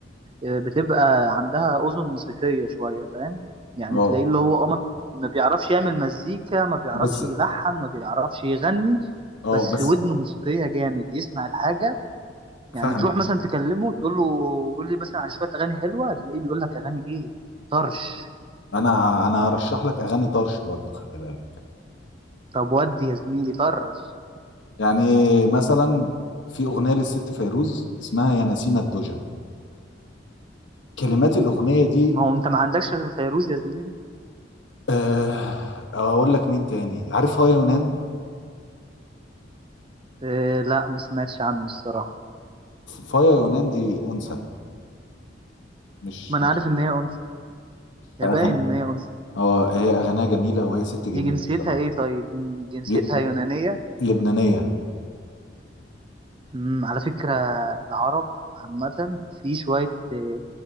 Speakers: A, on the right; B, on the left.
A: آه، بتبقى عندها اذن موسيقيه شويه فاهم يعني
B: اه
A: تلاقيه اللي هو اه ما ما بيعرفش يعمل مزيكا ما بيعرفش
B: بس
A: يلحن ما بيعرفش يغني
B: اه
A: بس
B: بس
A: ودنه موسيقية جامد يسمع الحاجة يعني
B: فاهمك
A: تروح مثلا تكلمه تقول له قول لي مثلا على شويه اغاني حلوه تلاقيه بيقول لك اغاني ايه طرش
B: انا انا هرشح لك اغاني طرش برضه خلي بالك
A: طب ودي يا زميلي طرش
B: يعني مثلا في اغنيه للست فيروز اسمها يا نسيمه الدجى كلمات الاغنيه دي
A: ما هو انت ما عندكش غير فيروز يا زميلي
B: آه، اقول لك مين تاني عارف فايا يونان
A: إيه لا ما سمعتش عنه الصراحه
B: فايا يونان دي انثى مش
A: ما انا
B: مش
A: عارف ان هي انثى هي
B: اغاني
A: باين ان هي انثى
B: اه هي اغانيها جميله وهي ست جميله
A: دي جنسيتها
B: بصراحه
A: ايه طيب مم، جنسيتها
B: ل-
A: يونانيه
B: لبنانيه
A: مم، على فكره العرب عامه في شويه إيه،